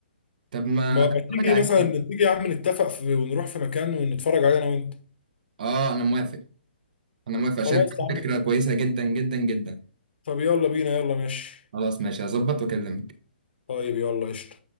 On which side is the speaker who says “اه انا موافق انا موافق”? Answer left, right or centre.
Right